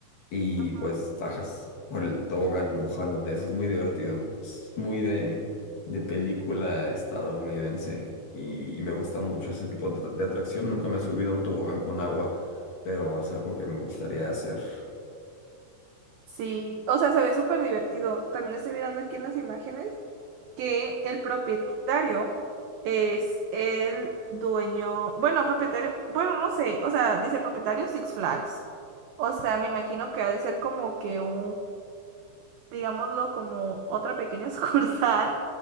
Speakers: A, on the left; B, on the right.
A: y
B: Ujú.
A: pues bajas por el tobogán mojándote. Eso es muy divertido. Es muy de, de película estadounidense y, y me gusta mucho ese tipo de de atracción. Nunca me he subido a un tobogán con agua, pero es algo que me gustaría hacer.
B: Sí, o sea, se ve súper divertido. También estoy mirando aquí en las imágenes que el propietario es el dueño, bueno, propietario, bueno, no sé, o sea, dice propietario Six Flags. O sea, me imagino que ha de ser como que un, digámoslo, como otra pequeña <laughs> sucursal